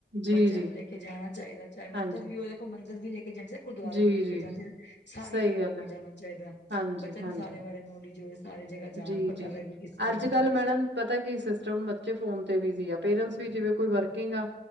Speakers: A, on the right; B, on the left.
A: ਜੀ
B: ਬੱਚਿਆਂ
A: ਜੀ
B: ਨੂੰ ਲੈ ਕੇ ਜਾਣਾ ਚਾਹੀਦਾ ਚਾਹੇ ਮੰਦਿਰ
A: ਹਾਂਜੀ
B: ਵੀ ਹੋ ਮੰਦਿਰ ਵੀ ਲੈ ਕੇ ਜਾਣਾ ਚਾਹੀਦਾ, ਗੁਰਦੁਆਰੇ
A: ਜੀ
B: ਵੀ ਲੈ
A: ਜੀ
B: ਕੇ ਜਾਣਾ ਚਾਹੀਦਾ, ਸਾਰੀ
A: ਸਹੀ
B: ਜਗ੍ਹਾ
A: ਗੱਲ
B: ਲੈ
A: ਹੈ
B: ਕੇ ਜਾਣਾ ਚਾਹੀਦਾ
A: ਹਾਂਜੀ
B: ਬੱਚਿਆਂ
A: ਹਾਂਜੀ
B: ਨੂੰ ਸਾਰੇ ਬਾਰੇ ਨੌਲੇਜ ਹੋਏ, ਸਾਰੀ ਜਗ੍ਹਾ ਜਾਣ
A: ਜੀ
B: ਪਤਾ
A: ਜੀ,
B: ਲੱਗੇ ਕਿਸ ਤਰ੍ਹਾਂ
A: ਅੱਜ- ਕੱਲ ਮੈਡਮ ਪਤਾ ਕੀ ਸਿਸਟਮ ਬੱਚੇ ਫੋਨ ਤੇ ਵੀ ਆ ਪੇਰੈਂਟਸ ਵੀ ਜਿਵੇਂ ਕੋਈ ਵਰਕਿੰਗ ਆ